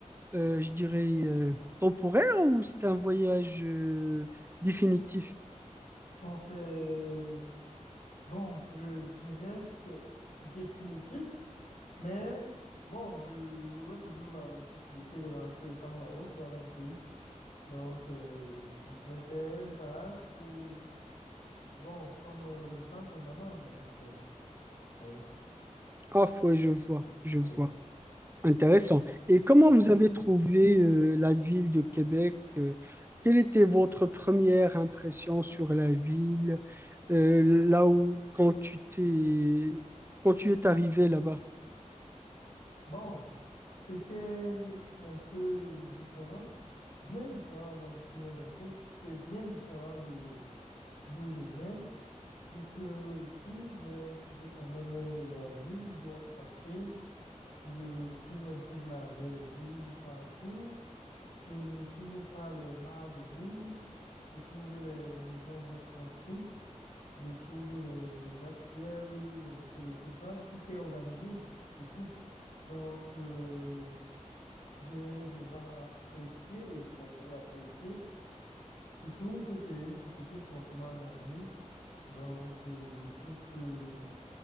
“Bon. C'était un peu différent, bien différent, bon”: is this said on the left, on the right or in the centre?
Left